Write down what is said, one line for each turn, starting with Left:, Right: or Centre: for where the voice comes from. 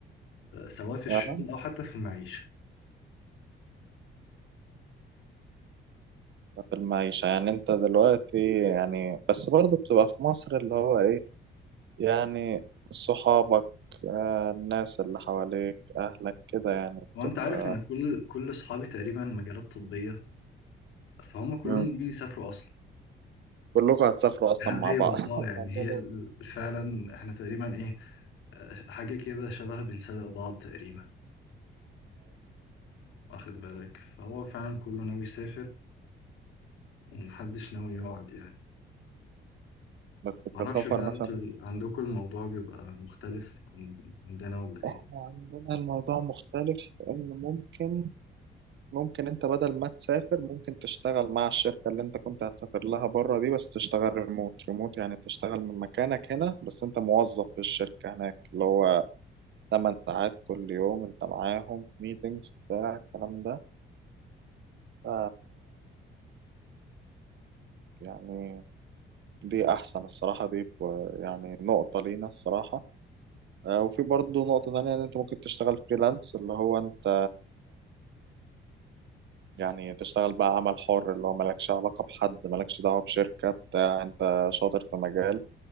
Left: سواء في الشغل
Right: فعلا
Left: او حتى في المعيشه
Right: في المعيشه يعني انت دلوقتي يعني بس برضه بتبقى في مصر اللي هو ايه يعني صحابك آه الناس اللي حواليك اهلك كده يعني
Left: وانت
Right: بتبقى
Left: عارف انا كل كل اصحابي تقريبا مجالات طبيه فهم كلهم
Right: مم.
Left: ناويين يسافروا اصلا
Right: كلكم هتسافروا اصلا
Left: <laughs> ايوه
Right: مع بعض <laughs>
Left: اه
Right: هتعملوا
Left: يعني هي ال- فعلا احنا تقريبا ايه آه، حاجه كده شبه بنسابق بعض تقريبا واخد بالك فهو فعلا كله ناوي يسافر ومحدش ناوي يقعد يعني
Right: بس
Left: معرفش
Right: كسفر
Left: بقى
Right: مثلا
Left: انتوا ال- عندكم الموضوع بيبقى مختلف عن عندنا ولا ايه
Right: احنا عندنا الموضوع مختلف ان ممكن ممكن انت بدل ما تسافر ممكن تشتغل مع الشركة اللي انت كنت هتسافر لها بره دي بس تشتغل ريموت ريموت يعني تشتغل من مكانك هنا بس انت موظف في الشركة هناك اللي هو 8 ساعات كل يوم انت معاهم ميتينجز بتاع الكلام ده ف يعني دي احسن الصراحة دي ب- يعني نقطة لينا الصراحة آه، وفي برضه نقطة تانية ان انت ممكن تشتغل فريلانس اللي هو انت يعني تشتغل بقى عمل حر اللي هو مالكش علاقة بحد مالكش دعوة بشركة بتاع انت شاطر في مجال